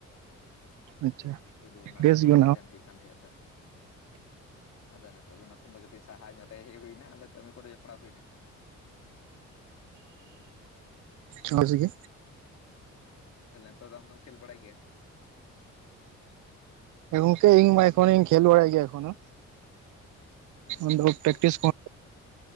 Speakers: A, on the right; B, on the left.
A: ᱟᱪᱪᱷᱟ
B: ᱥᱩᱫᱷᱩ ᱚᱱᱟ
A: ᱵᱮᱥ
B: ᱨᱮᱜᱮ
A: ᱜᱮ
B: ᱢᱟᱛᱟᱣ ᱛᱟᱦᱮᱱ ᱦᱩᱭᱩᱜ ᱠᱟᱱ ᱛᱟᱦᱮᱸᱜᱼᱟ ᱛᱚ ᱟᱫᱚ ᱱᱤᱛᱚᱜ ᱫᱚ ᱚᱱᱟ ᱠᱷᱚᱱ ᱫᱚ ᱠᱟᱹᱴᱤᱡ ᱥᱟᱦᱟ ᱧᱚᱜ ᱨᱮ ᱦᱮᱡ ᱦᱩᱭᱱᱟ ᱟᱫᱚ ᱠᱟᱹᱢᱤ ᱠᱚᱨᱮ ᱡᱚᱯᱲᱟᱣ ᱦᱩᱭᱱᱟ
A: ᱢᱚᱪ ᱜᱮ
B: ᱛᱟᱦᱞᱮ ᱱᱤᱛᱚᱜ ᱫᱚ ᱟᱢ ᱫᱚᱢ ᱠᱷᱮᱞ ᱵᱟᱲᱟᱭᱟ ᱜᱮᱭᱟ?
A: ᱜᱚᱝᱠᱮ ᱤᱧ ᱢᱟ ᱮᱠᱷᱚᱱᱤᱧ ᱠᱷᱮᱞ ᱵᱟᱲᱟᱭ ᱜᱮᱭᱟ ᱮᱠᱷᱚᱱᱳ
B: <unintelligible> ᱦᱮᱸ
A: ᱟᱫᱚ ᱯᱨᱮᱠᱴᱤᱥ ᱠᱚ